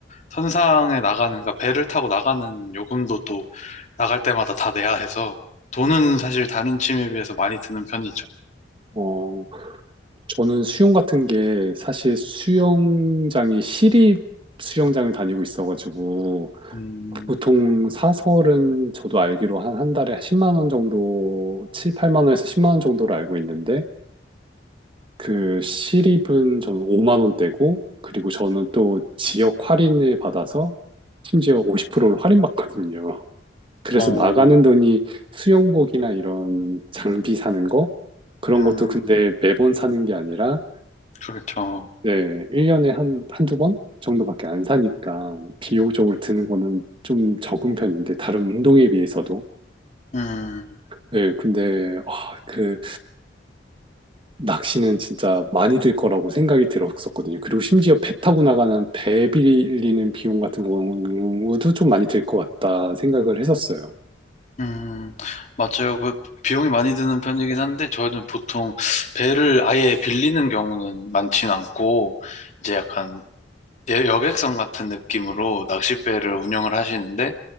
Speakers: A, on the left; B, on the right.
A: 선상에 나가는, 그러니까 배를 타고 나가는 요금도 또 나갈 때마다 다 내야 해서 돈은 사실 다른 취미에 비해서 많이 드는 편이죠.
B: 어, 저는 수영 같은 게 사실 수영장이 시립 수영장을 다니고 있어가지고
A: 음,
B: 보통 사설은 저도 알기로 한, 한 달에 10만 원 정도, 7, 8만 원에서 10만 원 정도로 알고 있는데, 그 시립은 저는 5만 원대고, 그리고 저는 또 지역 할인을 받아서 심지어 50%를 할인받거든요. <laughs> 그래서
A: 어,
B: 나가는 돈이 수영복이나 이런 장비 사는 거, 그런
A: 음,
B: 것도 근데 매번 사는 게 아니라,
A: 그렇죠.
B: 네, 1년에 한, 한두 번 정도밖에 안 사니까 비용적으로 드는 거는 좀 적은 편인데, 다른 운동에 비해서도.
A: 음,
B: 네, 근데, 아, 그, 낚시는 진짜 많이 들 거라고 생각이 들었었거든요. 그리고 심지어 배 타고 나가는 배 빌리는 비용 같은 경우도 좀 많이 들 것 같다 생각을 했었어요.
A: 음, 맞아요. 그 비용이 많이 드는 편이긴 한데 저는 보통 배를 아예 빌리는 경우는 많진 않고 이제 약간 예- 여객선 같은 느낌으로 낚싯배를 운영을 하시는데